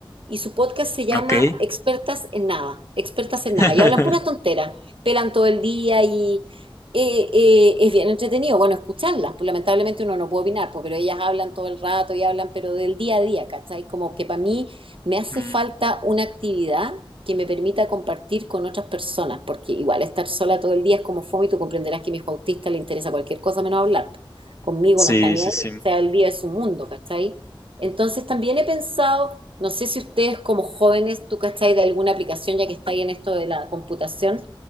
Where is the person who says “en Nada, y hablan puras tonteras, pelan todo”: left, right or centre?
Right